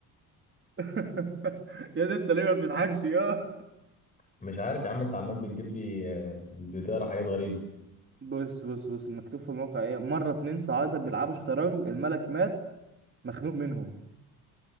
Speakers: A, on the right (about 35°); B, on the left (about 20°).
A: <laughs> يا ده أنت ليه ما بتضحكش يا
B: مش عارف يا عم أنت عمال بتجيب لي آه، بتقرا حاجات غريبة
A: بص بص بص مكتوب في الموقع إيه مرة اتنين صعايدة بيلعبوا شطرنج الملك مات مخنوق منهم